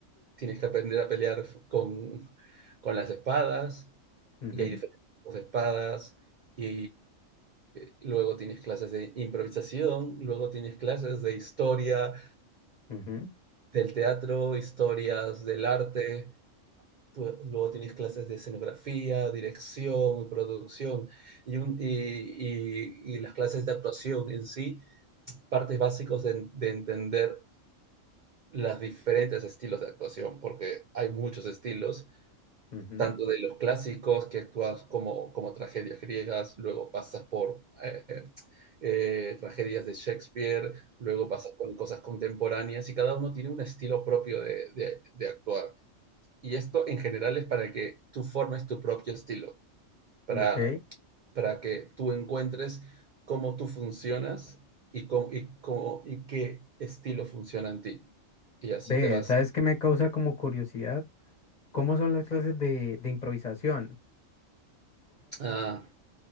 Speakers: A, on the right; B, on the left.
A: tienes que aprender a pelear con, con las espadas
B: ujú,
A: y hay diferentes tipos de espadas y, y luego tienes clases de improvisación, luego tienes clases de historia
B: ujú,
A: del teatro, historias del arte, pues, luego tienes clases de escenografía, dirección producción y, un, y, y, y, las clases de actuación en sí, partes básicas de, de entender los diferentes estilos de actuación, porque hay muchos estilos
B: ujú,
A: tanto de los clásicos que actúas como, como tragedias griegas, luego pasas por eh, eh, tragedias de Shakespeare, luego pasas por cosas contemporáneas y cada uno tiene un estilo propio de, de, de actuar. Y esto en general es para que tú formes tu propio estilo, para,
B: ujú, Ok.
A: para que tú encuentres cómo tú funcionas y, cómo, y, cómo, y qué estilo funciona en ti. Y así
B: Ve,
A: te vas...
B: ¿sabes qué me causa como curiosidad? ¿Cómo son las clases de, de improvisación?
A: Ah,